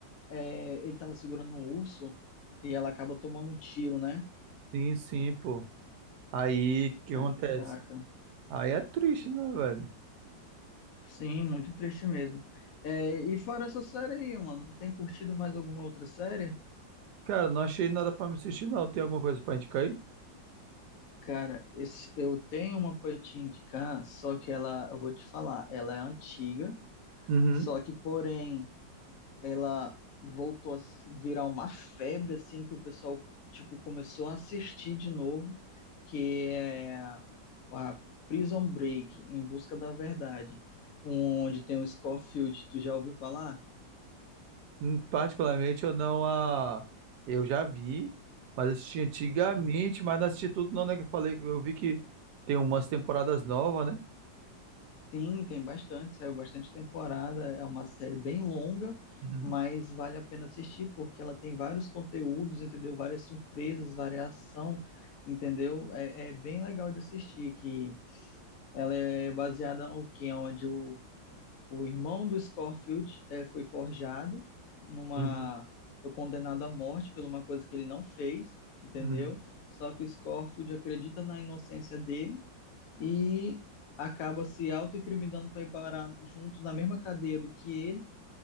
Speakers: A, on the left; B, on the right.
A: é, ele tava segurando um urso e ela acaba tomando um tiro, né?
B: Sim, sim, pô. Aí, o que
A: Caraca.
B: acontece? Aí é triste, né, velho?
A: Sim, muito triste mesmo. É, e fora essa série aí, mano, tu tem curtido mais alguma outra série?
B: Cara, não achei nada pra me assistir, não. Tem alguma coisa pra indicar aí?
A: Cara, esse- eu tenho uma pra te indicar, só que ela, eu vou te falar, ela é antiga,
B: Uhum.
A: só que, porém, ela voltou a se- virar uma febre, assim, que o pessoal, tipo, começou a assistir de novo, que é a Prison Break, Em Busca da Verdade, onde tem o Scofield, tu já ouviu falar?
B: Hum, Particularmente, eu não a. Eu já vi, mas assisti antigamente, mas não assisti tudo, não, né? Que eu falei, eu vi que tem umas temporadas novas, né?
A: Sim, tem bastante, saiu bastante temporada. É uma série bem longa,
B: Uhum.
A: mas vale a pena assistir porque ela tem vários conteúdos, entendeu? Várias surpresas, variação, entendeu? É, é bem legal de assistir, que ela é baseada no que onde o, o irmão do Scorfield eh, foi forjado numa
B: Uhum.
A: foi condenado à morte por uma coisa que ele não fez, entendeu?
B: Uhum.
A: Só que o Scorfield acredita na inocência dele e acaba se autoincriminando para ir parar junto na mesma cadeia do que ele.